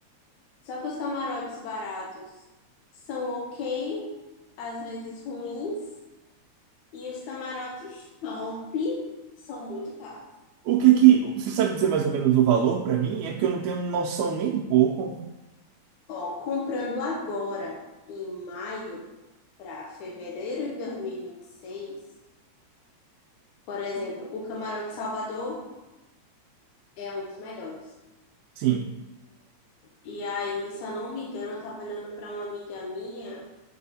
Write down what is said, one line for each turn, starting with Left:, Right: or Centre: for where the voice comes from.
Left: Só que os camarotes baratos são ok, às vezes ruins, e os camarotes top são muito caros.
Right: O que que. Você sabe dizer mais ou menos o valor pra mim? É porque eu não tenho noção nem um pouco.
Left: Ó, comprando agora, em maio para fevereiro de dois mil e e vinte e seis por exemplo, o Camarote Salvador é um dos melhores.
Right: Sim.
Left: E aí, se eu não me engano, eu tava olhando para uma amiga minha,